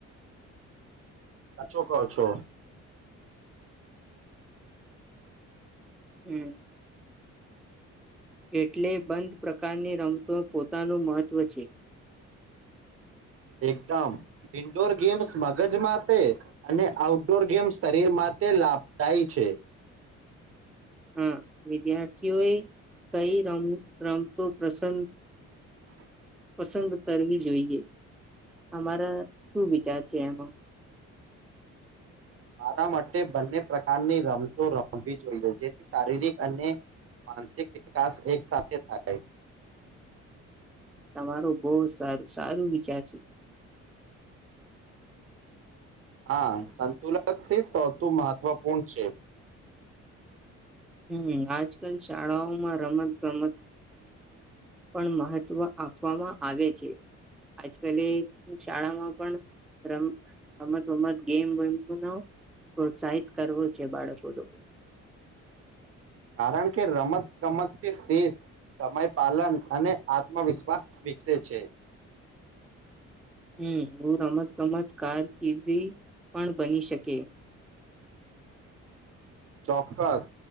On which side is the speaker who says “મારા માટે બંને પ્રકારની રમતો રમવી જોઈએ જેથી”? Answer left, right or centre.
Right